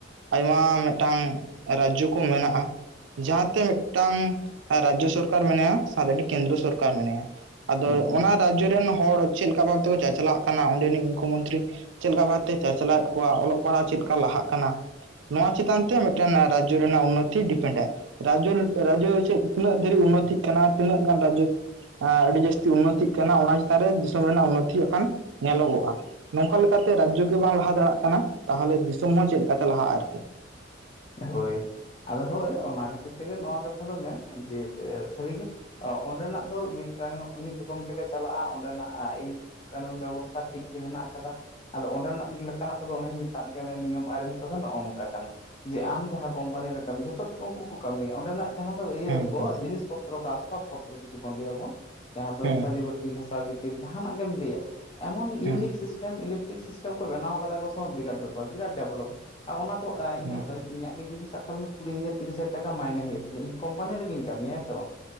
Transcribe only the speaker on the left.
ᱦᱩᱸ ᱦᱩᱸ
ᱦᱳᱭ, ᱟᱫᱚ ᱦᱳᱭ ᱚᱱᱟ ᱠᱷᱟᱹᱛᱤᱨ ᱛᱮᱜᱮ ᱱᱚᱣᱟ ᱠᱟᱛᱷᱟ ᱫᱚ ᱢᱮᱱ ᱡᱮ ᱥᱟᱹᱨᱤᱜᱮ ᱚᱸᱰᱮᱱᱟᱜ ᱫᱚ ᱢᱤᱫᱴᱟᱝ ᱢᱤᱫ ᱨᱚᱠᱚᱢ ᱛᱮᱠᱚᱮ ᱪᱟᱞᱟᱜ-ᱟ ᱚᱸᱰᱮᱱᱟᱜ ᱟ-ᱤᱱ᱾ ᱠᱟᱹᱱᱩᱱ ᱵᱮᱵᱚᱥᱛᱷᱟ ᱴᱷᱤᱠ ᱜᱮ ᱦᱮᱱᱟᱜ ᱟᱠᱟᱫᱟ᱾ ᱟᱫᱚ ᱚᱸᱰᱮᱱᱟᱜ ᱞᱮᱠᱟᱱᱟᱜ ᱛᱮᱫᱚ ᱚᱱᱮᱧ ᱢᱮᱛᱟᱜ ᱵᱮᱱᱟ ᱱᱤᱭᱚᱢ ᱟᱹᱨᱤ ᱠᱚᱫᱚ ᱱᱚᱜ-ᱚ ᱱᱚᱝᱠᱟ ᱠᱟᱱᱟ᱾ ᱡᱮ ᱟᱢ ᱡᱟᱦᱟᱸ ᱠᱚᱳᱢᱯᱟᱱᱤ ᱨᱮ ᱠᱟᱹᱢᱤ, ᱡᱷᱚᱛᱚ ᱜᱮ ᱩᱱᱠᱩ ᱠᱚ ᱠᱟᱹᱢᱤᱭᱟ ᱚᱸᱰᱮᱱᱟᱜ ᱡᱟᱦᱟᱸ ᱫᱚ ᱤᱭᱟᱹ
ᱠᱚ
ᱡᱤᱱᱤᱥᱼᱼ ᱯᱚᱛᱨ ᱠᱚ ᱟᱥᱵᱟᱵ ᱯᱚᱛᱨᱚ ᱡᱩᱫᱤ ᱵᱚᱱ ᱞᱟᱹᱭᱟᱵᱚᱱ ᱡᱟᱦᱟᱸ ᱫᱚ
ᱛᱷᱟᱹᱨᱤ ᱵᱟᱹᱴ ᱴᱤ ᱜᱷᱟᱸᱥᱟᱣ ᱜᱤᱛᱤᱞ ᱡᱟᱸᱦᱟᱱᱟᱜ ᱜᱮᱢ ᱞᱟᱹᱭᱟ ᱮᱢᱚᱱ unique
system electric system ᱠᱚ ᱵᱮᱱᱟᱣ ᱠᱟᱫᱟ ᱠᱚ ᱥᱚᱵ ᱵᱤᱨᱟᱴ ᱵᱮᱯᱟᱨ, ᱵᱤᱨᱟᱴ ᱰᱮᱵᱷᱞᱚᱯ ᱟᱨ ᱚᱱᱟ ᱠᱚ ᱤᱧᱟᱹᱜ-
ᱠᱟᱛᱷᱟ ᱤᱧᱟᱹᱜ ᱜᱮ ᱡᱩᱫᱤ ᱥᱟᱵ ᱠᱟᱜ ᱢᱮ ᱠᱩᱲᱤ ᱦᱟᱡᱟᱨ ᱛᱤᱨᱤᱥ ᱦᱟᱡ ᱴᱠᱟ ᱢᱟᱭᱱᱮ ᱦᱩᱭᱩᱜ ᱛᱤᱧᱟ ᱤᱧ ᱠᱢᱯᱟᱱᱤ ᱨᱮᱜᱤᱧ ᱠᱟᱹᱢᱤᱭᱟ ᱦᱮᱸ ᱥᱮ ᱵᱟᱝ᱾